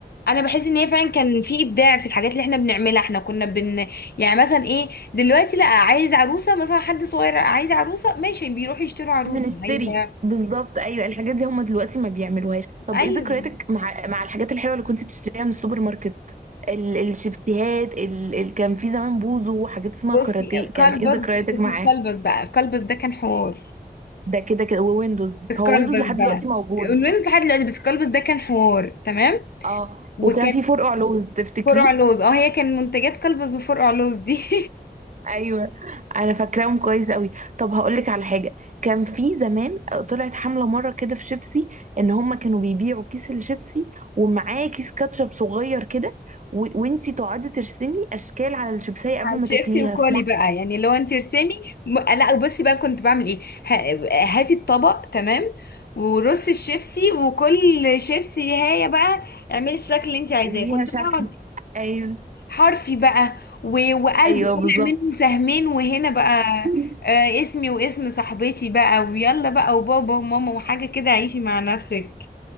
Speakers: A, on the left (about 70°); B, on the right (about 50°).
A: انا بحس ان هي فعلا كان في ابداع في الحاجات اللي احنا بنعملها احنا كنا بن يعني مثلا ايه دلوقتي لا عايز عروسه مثلا حد صغير عايز عروسه ماشي بيروح يشتروا عروسه
B: هنشتري
A: عايزه
B: بالظبط ايوه الحاجات دي هم دلوقتي ما بيعملوهاش طب
A: ايوه
B: ايه ذكرياتك مع مع الحاجات الحلوه اللي كنت بتشتريها من السوبر ماركت ال... الشيبسيهات ال... ال... كان في زمان بوزو وحاجات اسمها
A: بصي
B: كاراتيه كان
A: كلبس
B: ايه ذكرياتك
A: بصي بصي
B: معاه
A: الكلبس بقى الكلبس ده كان حوار
B: ده كده كده وويندوز
A: الكلبس
B: هو ويندوز لحد
A: بقى
B: دلوقتي موجود
A: الوينز لحد دلوقتي بس الكلبس ده كان حوار تمام
B: اه
A: وكان
B: وكان في فور علوم تفتكريه
A: فرع لوز اه هي كان منتجات كلبز وفرع لوز دي <laughs>
B: ايوه انا فاكراهم كويس قوي طب هقول لك على حاجه كان في زمان طلعت حمله مره كده في شيبسي ان هم كانوا بيبيعوا كيس الشيبسي ومعاه كيس كاتشب صغير كده و... وانتي تقعدي ترسمي اشكال على الشيبسيه قبل
A: على
B: ما
A: الشيبسي
B: تاكليها
A: وكولي
B: اسمها
A: بقى يعني لو انت ارسمي م... لا بصي بقى كنت بعمل ايه ه... هاتي الطبق تمام ورصي الشيبسي وكل شيبسي هاية بقى اعملي الشكل اللي انت عايزاه
B: ليها
A: كنت
B: شكل
A: بقعد
B: ايوه
A: حرفي بقى و... وقلب
B: ايوه
A: طالع
B: بالظبط
A: منه سهمين وهنا بقى
B: <laughs>
A: آه اسمي واسم صاحبتي بقى ويلا بقى وبابا وماما وحاجة كده عيشي مع نفسك